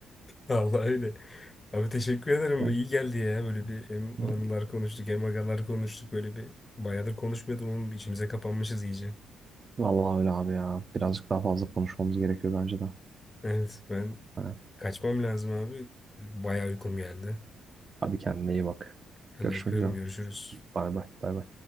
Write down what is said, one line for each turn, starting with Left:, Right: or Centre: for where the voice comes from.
Left: Allah öyle. Abi teşekkür ederim.
Right: Evet.
Left: Bu iyi geldi ya. Böyle bir hem
Right: <laughs>
Left: anılar konuştuk hem agalar konuştuk. Böyle bir bayağıdır konuşmuyordum ama içimize kapanmışız iyice.
Right: Vallahi öyle abi ya. Birazcık daha fazla konuşmamız gerekiyor bence de.
Left: Evet ben
Right: Evet.
Left: kaçmam lazım abi. Bayağı uykum geldi.
Right: Hadi kendine iyi bak.
Left: Hadi
Right: Görüşmek
Left: öpüyorum
Right: üzere.
Left: görüşürüz.
Right: Bay bay. Bay bay.